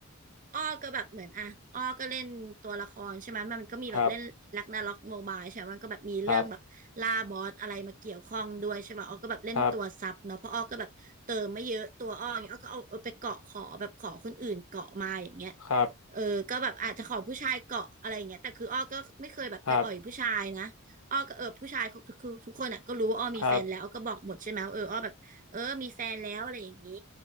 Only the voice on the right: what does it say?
อ้อก็แบบเหมือนอ่ะอ้อก็เล่นตัวละครใช่ไหมมันก็มีแบบเล่นลักนาล็อกโมบายใช่ไหมมันก็แบบมีเรื่องแบบล่าบอสอะไรมาเกี่ยวข้องด้วยใช่ป่ะอ้อก็แบบเล่นตัวซับเนาะเพราะอ้อก็แบบเติมไม่เยอะตัวอ้ออย่างเงี้ยอ้อก็เอาเอาไปเกาะขอแบบขอคนอื่นเกาะมาอย่างเงี้ย
เออก็แบบอาจจะขอผู้ชายเกาะอะไรอย่างเงี้ยแต่คืออ้อก็ไม่เคยแบบไปอ่อยผู้ชายนะอ้อก็เออผู้ชายคือคือทุกคนอ่ะก็รู้ว่าอ้อมีแฟนแล้วอ้อก็บอกหมดใช่ไหมว่าเอออ้อแบบเออมีแฟนแล้วอะไรอย่างงี้